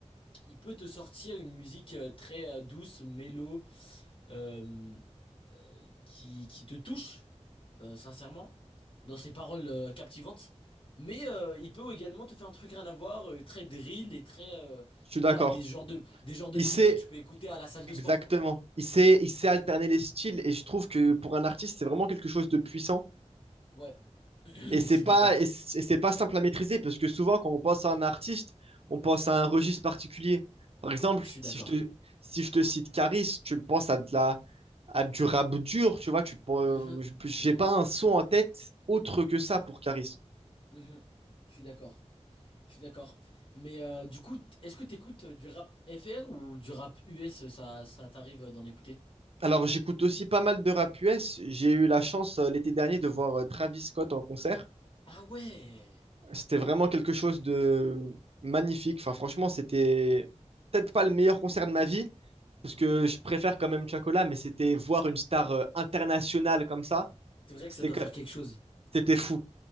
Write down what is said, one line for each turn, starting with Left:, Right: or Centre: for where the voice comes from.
Left: il peut te sortir une musique euh, très euh, douce, mélo, euh, euh, qui, qui te touche, euh, sincèrement, dans ses paroles euh, captivantes. Mais euh, il peut également te faire un truc rien à voir, euh, très drill et très... euh,
Right: je suis d'accord.
Left: voilà, des genres de, des genres de
Right: Il
Left: musique
Right: sait,
Left: que tu peux écouter à la salle de
Right: exactement,
Left: sport, quoi.
Right: il sait, il sait alterner les styles. Et je trouve que pour un artiste, c'est vraiment quelque chose de puissant
Left: Ouais, <clears throat> je
Right: Et c'est
Left: suis
Right: pas,
Left: d'accord.
Right: et c'est et c'est pas simple à maîtriser parce que souvent, quand on pense à un artiste, on pense à un registre particulier. Par exemple,
Left: Je suis d'accord.
Right: si je te, si je te cite Caris, tu penses à de la, à du rap dur, tu vois, tu, pen-
Left: Mhm,
Right: je- j'ai
Left: mhm,
Right: pas un son en tête autre que ça pour Caris.
Left: mhm. Je suis d'accord. Je suis d'accord. Mais euh, du coup, t- est-ce que t'écoutes euh, du rap FR ou du rap US, ça, ça t'arrive euh, d'en écouter?
Right: Alors, j'écoute aussi pas mal de rap US. J'ai eu la chance euh, l'été dernier de voir euh, Travis Scott en concert.
Left: Ah ouais!
Right: C'était vraiment quelque chose de magnifique. Enfin, franchement, c'était peut-être pas le meilleur concert de ma vie, parce que je préfère quand même Chacola, mais c'était voir une star euh, internationale comme ça,
Left: C'est vrai
Right: c'était
Left: que ça doit
Right: que-
Left: faire quelque chose.
Right: c'était fou.